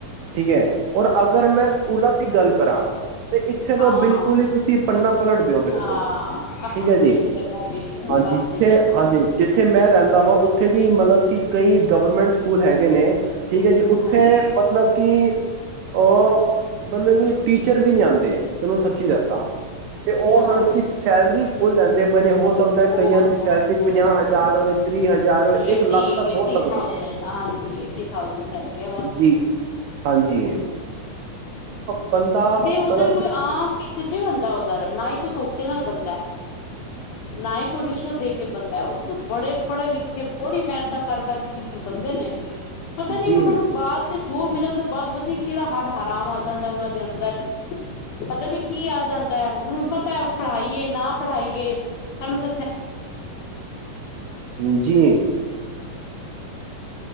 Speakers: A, on the right; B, on the left.
A: ਠੀਕ ਹੈ। ਔਰ ਅਗਰ ਮੈਂ, ਸਕੂਲਾਂ ਦੀ ਗੱਲ ਕਰਾਂ। ਤੇ ਇੱਥੇ ਤੋਂ
B: ਹਾਂ
A: ਬਿਲਕੁਲ ਹੀ ਤੁਸੀਂ। ਪਲਟ ਦਿਓ ਬਿਲਕੁਲ,
B: ਹਾਂ
A: ਠੀਕ
B: ਹਾਂ
A: ਹੈ ਜੀ,
B: ਇਹਦੀ ਤਾਂ ਗੱਲ ਹੀ ਨੀ
A: ਹਾਂਜੀ, ਜਿੱਥੇ
B: ਬਿਲਕੁਲ
A: ਹਾਂਜੀ, ਜਿੱਥੇ ਮੈਂ ਰਹਿੰਦਾ ਵਾਂ। ਉੱਥੇ ਵੀ ਮਤਲਬ ਕਿ, ਕਈ ਗਵਰਮੈਂਟ ਸਕੂਲ ਹੈਗੇ ਨੇ। ਠੀਕ ਹੈ ਜੀ, ਉੱਥੇ
B: ਹਾਂਜੀ
A: ਮਤਲਬ ਕਿ ਉਹ ਮਤਲਬ ਕੀ, ਟੀਚਰ ਵੀ ਨਹੀਂ ਆਂਦੇ। ਤੈਨੂੰ ਸੱਚੀ ਦੱਸਾਂ। ਤੇ ਉਹ ਮਤਲਬ
B: ਹਾਂਜੀ
A: ਕਿ, ਸੈਲਰੀ ਫੁੱਲ ਲੈਂਦੇ ਪਏ ਨੇ, ਹੋ ਸਕਦਾ
B: ਬਹੁਤ
A: ਕਈਆਂ ਦੀ
B: ਬਹੁਤ
A: ਸੈਲਰੀ
B: ਬਹੁਤ
A: ਪੰਜਾਹ
B: ਬਹੁਤ
A: ਹਜ਼ਾਰ ਹੋਏ, ਤੀਹ ਹਜ਼ਾਰ ਹੋਏ,
B: ਏਟੀ
A: ਇੱਕ ਲੱਖ ਤੱਕ
B: ਏਟੀ
A: ਹੋ ਸਕਦੀ
B: ਥਾਊਜੈਂਡ ਹਾਂਜੀ ਏਟੀ ਥਾਊਜੈਂਡ ਸੈਲਰੀ ਹੈ
A: ਜੀ‌। ਹਾਂਜੀ। ਬੰਦਾ
B: ਤੇ ਉੱਧਰ
A: ਮਤਲਬ
B: ਕੋਈ,
A: ਕਿ
B: ਆਮ‌ ਟੀਚਰ ਨਹੀਂ ਬਣਦਾ। ਦਾ ਉਦਾਹਰਨ, ਨਾ ਹੀ ਕੋਈ ਧੋਖੇ ਨਾਲ ਬਣਦਾ, ਨਾ ਹੀ ਕੋਈ ਰਿਸ਼ਵਤ ਦੇ ਕੇ ਬਣਦਾ, ਉੱਥੇ ਤਾਂ ਬੜੇ ਪੜ੍ਹੇ- ਲਿਖੇ ਬੜੀ ਮਿਹਨਤਾਂ ਕਰ ਕਰਕੇ ਟੀਚਰ ਬਣਦੇ ਨੇ। ਪਤਾ ਨੀ,
A: ਜੀ
B: ਉਹਨਾਂ ਨੂੰ ਬਾਅਦ'ਚ <unintelligible> ਹੱਡ ਆਰਾਮ ਆ ਜਾਂਦਾ ਉਹਨਾਂ ਦੇ ਅੰਦਰ ਮ, ਪਤਾ ਨੀ ਕੀ ਆ ਜਾਂਦਾ, ਉਹਨਾਂ ਨੂੰ ਪਤਾ ਪੜ੍ਹਾਈਏ ਨਾ ਪੜ੍ਹਾਈਏ ਸਾਨੂੰ <inaudible>
A: ਹਾਂਜੀ।